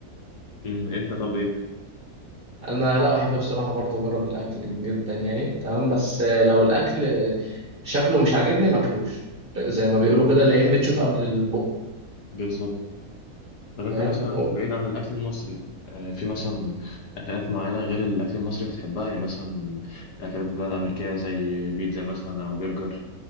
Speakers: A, on the left; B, on the right.
A: أمم، انت طب ايه
B: انا لا بحب بصراحة برضه اجرب الاكل جدا يعني تمام بس لو الاكل شكله مش عاجبني ماكلوش زي ما بيقولوا كده العين بتشوف قبل البق
A: بالظبط طب انت
B: فاهم
A: مثلا بعيد عن الاكل المصري آه، في مثلا اكلات معينه غير الاكل المصري بتحبها يعني مثلا اكلات بلاد امريكيه زي بيتزا مثلا او برجر